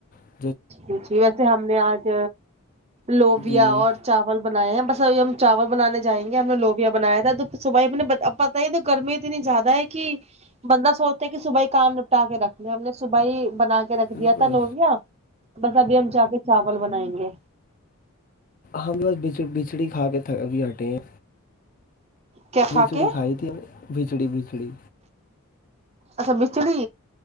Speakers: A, on the left (about 35°); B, on the right (about 30°).
A: ہ <inaudible>
B: ا ویسے ہم نے آج لوبیا
A: جی
B: اور چاول بنائے ہیں بس اب ہم چاول بنانے جائیں گے ہم نے لوبیا بنایا تھا تو صبح ہی ہم نے پت ہی ہے تو گرمی اتنی زیادہ کہ بندہ سوچتا ہے کہ صبح کام نپٹا کے رکھنا ہم نے صبح ہی بنا کے رکھ
A: بالکل
B: دیا تھا لوبیا بس ابھی ہم جا کے چاول بنائیں گے
A: ہم بسچ بچڑی کھا کے بھی ہٹے ہیں
B: کیا کھا
A: بھچڑی
B: کے
A: کھائی تھی بھچڑی بھچڑی
B: اچھا بچھڑ